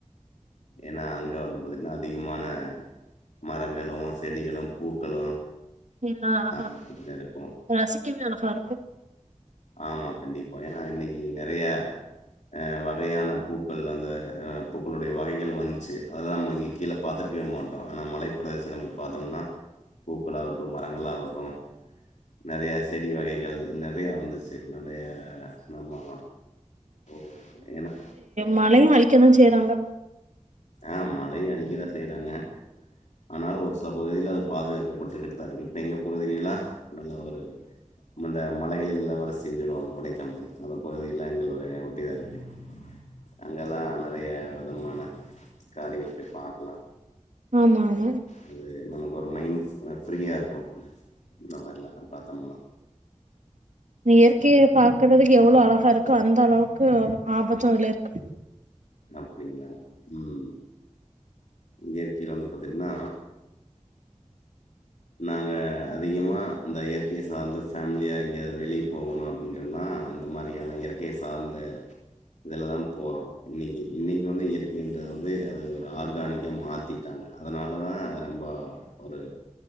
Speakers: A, on the left; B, on the right.
A: ஏன்னா அங்க வந்து பாத்திங்கன்னா அதிகமான மரங்களு செடிகளு பூக்களு
B: எல்லா அழகா
A: பாத்தீங்கன்னா
B: இரு
A: இருக்கு
B: ரசிக்கவே அழகா இருக்கு
A: ஆமா கண்டிப்பா ஏன்னா இன்னிக்கி நெறையா அ வகையான பூக்கள் அந்த அ பூக்களுடைய வகைகள் வந்ச்சு அதல்லா நம்ம இங்க கீழ பாத்துருக்கவே மாட்டோ அனா மலைப் பிரதேசங்களுக்கு பாத்தம்ன்னா பூக்களாகட்டு மரங்களாகட்டு நெறையா செடி வகைகள் நெறையா வந்து சே நெறைய நம்மோ ஒ ஏனா
B: மலையு அழிக்கதா செய்றாங்க
A: ஆ மலைய அழிக்கதா செய்றாங்க ஆனாலு ஒரு சில பகுதியில அது பாதுகாக்கப்பட்டுக்கிட்டுதா இருக்கு இப்ப எங்க பகுதில எல்லா நல்லாவதா இருக்கு அந்த மலைகளின் இளவரசின் சொல்லுவாங்க கொடைக்கானல் அந்த பகுதிகல்லா எங்களுடைய ஒட்டிதா இருக்கு அங்கெல்லா நெறைய விதமான காரியங்கள போய் பாக்கலா
B: ஆமா ஆமா
A: அது நமக்கு ஒரு மைண் ஃப்ரீயா இருக்கு இந்த மார்லா பாத்தம்னா
B: இந்த இயற்கிய பாக்குறதுக்கு எவ்வளோ அழகா இருக்கு அந்த அளவுக்கு ஆபத்து இத்ல இருக்கு
A: அப்டிங்ளா ம் இயற்கையில வந்து பாத்தீட்ன்னா நாங்க அதிகமா இந்த இயற்கிய சார்ந்த ஃபேம்லியா இ ங்க எதாது வெளிய போகணு அப்டின்றன்னா அந்த மாரியான இயற்கிய சார்ந்த இதுலதா போறோ இன்னிக்கி இன்னிக்கி வந்து இயற்கைன்றது வந்து அது ஒரு ஆர்கானிக்கா மாத்திட்டாங்க அதனால தா ரொம்போ ஒரு